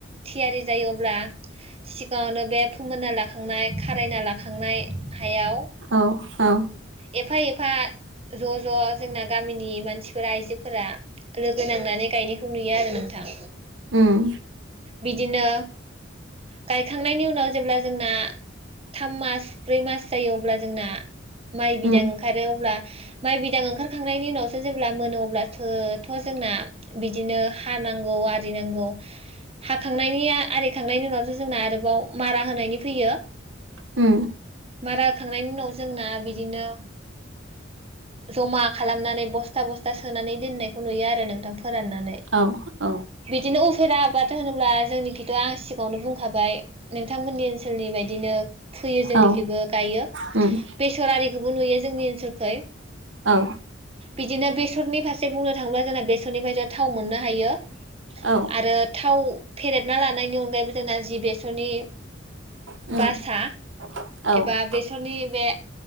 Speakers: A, on the right (about 30°); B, on the right (about 70°).
A: थियारि जायोब्ला गावनो बे फोमोनना लाखांनाय खारायना लाखांनाय हायाव
B: औ औ
A: एफा एफा ज' ज' जोंना गामिनि मानसिफोरा आइजोफोरा लोगो नांनानै गायनायखौ नुयो आरो नोंथां
B: उम
A: बिदिनो गायखांनायनि उनाव जेब्ला जोंना थाम मास ब्रै मास जायो अब्ला जोंना माइ
B: उम
A: बिदां ओंखारो अब्ला माइ बिदां ओंखारखांनायनि उनावसो जेब्ला मोनो अब्लासोथ' जोंना बिदिनो हानांगौ आरि नांगौ हाखांनायनि आरिखांनायनि उनावो जों आरोबाव मारा होनायनि फैयो
B: उम
A: मार होखांनायनि उनाव जोंना बि बिदिनो जमा खालामनानै बस्था बस्था सोनानै दोननायखौ नुयो आरो नोंथां फोराननानै
B: औ औ
A: बिदिनो उफेरा आबाद होनोब्ला जोंनिखैथ' आं सिगाङावनो बुंखाबाय नोंथांमोननि ओनसोलनि बायदिनो फैयो जोंनिखैबो
B: औ
A: गायो बेसर
B: उम
A: आरिखौबो नुयो जोंनि ओनसोलखै
B: औ
A: बिदिनो बेसरनि फारसे बुंनो थाङोब्ला जोंना बेसरनिफ्रायथ' थाव मोननो हायो।
B: औ
A: आरो थाव फेरेदना लानायनि अनगायैबो जोंना जि बेसरनि
B: उम
A: बासा
B: औ
A: एबा
B: औ
A: बेसरनि बे